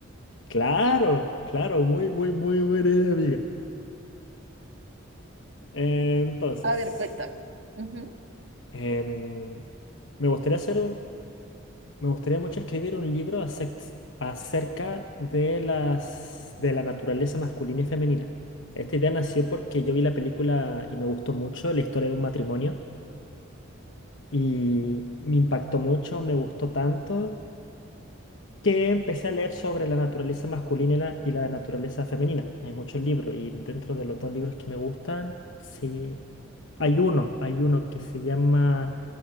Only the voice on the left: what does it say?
Claro, claro, muy, muy, muy buena idea, amiga. Entonces,
em, me gustaría hacer un- me gustaría mucho escribir un libro acec- acerca de las, de la naturaleza masculina y femenina. Esta idea nació porque yo vi la película y me gustó mucho, la historia de un matrimonio, y me impactó mucho, me gustó tanto que empecé a leer sobre la naturaleza masculina y la, y la naturaleza femenina. Hay muchos libros y dentro de los dos libros que me gustan, sí, hay uno, hay uno que se llama